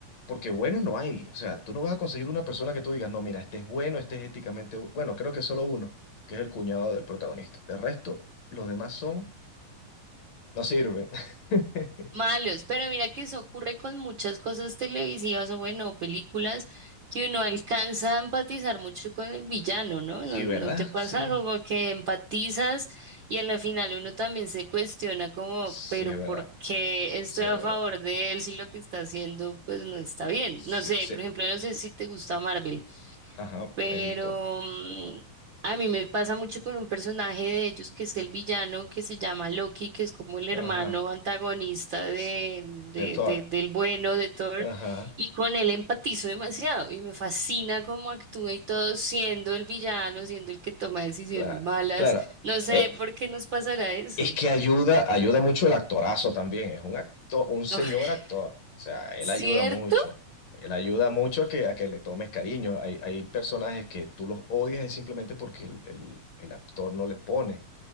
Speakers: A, on the left (about 60°); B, on the right (about 60°).
A: porque buenos no hay, o sea, tú no vas a conseguir una persona que tú digas, no, mira, este es bueno, este es éticamente bu-". bueno, creo que solo uno, que es el cuñado del protagonista, de resto, los demás son, no sirven. <laughs>
B: malos, pero mira que eso ocurre con muchas cosas televisivas o bueno, películas que uno alcanza a empatizar mucho con el villano, ¿no?
A: Sí,
B: ¿No,
A: ¿verdad?
B: no te pasa
A: Sí.
B: como que empatizas y a la final uno también se cuestiona como,
A: Sí,
B: pero
A: es
B: ¿por
A: verdad.
B: qué estoy
A: Sí, es
B: a
A: verdad.
B: favor de él si lo que está haciendo pues no está bien? No
A: Sí,
B: sé,
A: sí.
B: por ejemplo, no sé si te gusta Marvel.
A: Ajá,
B: Pero
A: he visto.
B: mm, a mí me pasa mucho con un personaje de ellos que es el villano que se llama Loki, que es como el hermano
A: Ajá.
B: antagonista de,
A: S- De
B: de-
A: Thor.
B: de- del bueno de Thor,
A: Ajá.
B: y con él empatizo demasiado y me fascina cómo actúa y todo, siendo el villano, siendo el que toma decisiones
A: claro
B: malas.
A: Claro.
B: No sé
A: Eh,
B: por qué nos pasará eso.
A: es que ayuda, ayuda mucho el actorazo también. Es un actor, un señor
B: <laughs>
A: actor. O sea, él
B: ¿Cierto?
A: ayuda mucho. Él ayuda mucho a que, a que le tomes cariño. Hay, hay personajes que tú los odias es simplemente porque el, el el actor no le pone.